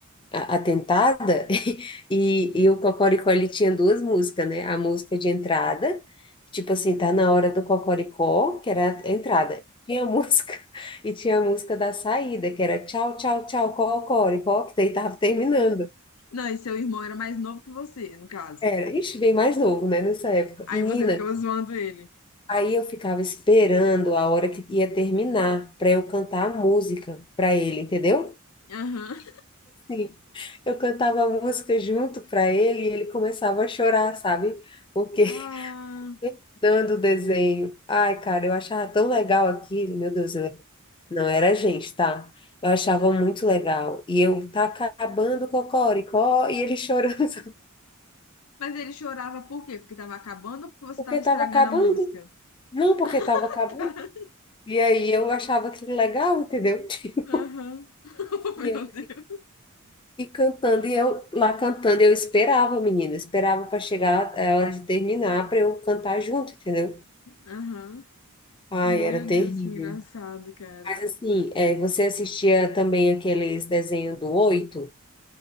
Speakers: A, on the left; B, on the left.
A: a- atentada, <laughs> e, e o Cocoricó, ele tinha duas músicas, né? A música de entrada, tipo assim, tá na hora do Cocoricó, que era a entrada. Tinha a música, <laughs> e tinha a música da saída, que era tchau, tchau, tchau, Cocoricó, que daí tava terminando.
B: Não, e seu irmão era mais novo que você, no caso.
A: Era, ixi, bem mais novo, né, nessa época.
B: Aí
A: Menina,
B: você ficava zoando ele.
A: aí eu ficava esperando a hora que ia terminar, para eu cantar a música para ele, entendeu?
B: Aham.
A: Sim, eu cantava música junto para ele e ele começava a chorar, sabe? Porque
B: Ah.
A: <laughs> dando o desenho. Ai, cara, eu achava tão legal aquilo, meu Deus, eu... não era a gente, tá? Eu achava muito legal. E eu tá acabando o cocoricó e ele chorando <laughs> sabe?
B: Mas ele chorava por quê? Porque tava acabando ou porque você
A: porque
B: tava estragando
A: tava acabando.
B: a música?
A: Não, porque tava
B: <laughs>
A: acabando. E aí eu achava aquilo legal, entendeu? <laughs>
B: Aham. <laughs> meu
A: E eu,
B: Deus.
A: E cantando, e eu lá cantando, eu esperava, menina, esperava para chegar a hora de terminar para eu cantar junto, entendeu?
B: Aham.
A: Ai,
B: Meu
A: era terrível.
B: Deus, que engraçado, cara.
A: Mas assim, é, você assistia também aqueles desenhos do Oito?